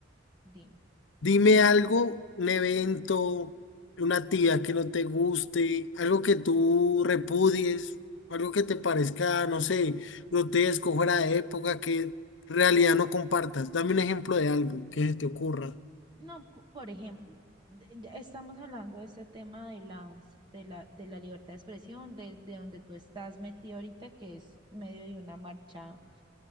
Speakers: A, on the right; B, on the left.
A: dime.
B: Dime algo, un evento, una actividad que no te guste, algo que tú repudies, algo que te parezca, no sé, grotesco, fuera de época, que en realidad no compartas. Dame un ejemplo de algo que se te ocurra.
A: No, po- por ejemplo, de- ya estamos hablando de este tema de las, de la, de la libertad de expresión, de, de donde tú estás metido ahorita, que es medio de una marcha